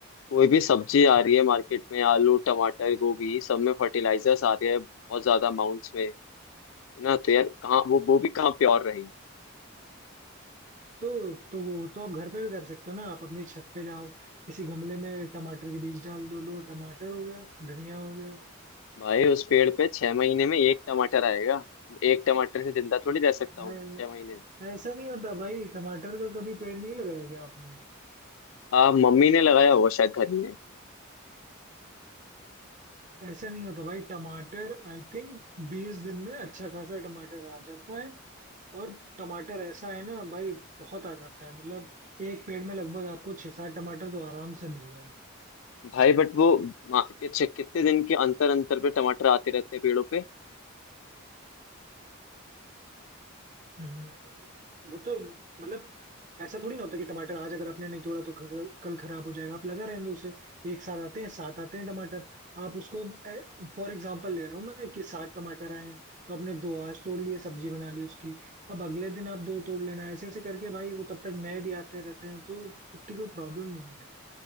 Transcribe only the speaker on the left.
कोई भी सब्जी आ रही है मार्केट में आलू टमाटर गोभी सब में फर्टिलाइजर्स आ रहे हैं बहुत ज्यादा अमाउंट्स में है ना तो यार कहाँ वो वो भी कहाँ प्योर रही
भाई उस पेड़ पे छह महीने में एक टमाटर आएगा एक टमाटर से जिंदा थोड़ी रह सकता
हूँ छह महीने
हाँ मम्मी ने लगाया होगा शायद घर में
भाई बट वो मा- कि- छ- कितने दिन के अंतर अंतर पे टमाटर आते रहते हैं पेड़ों पे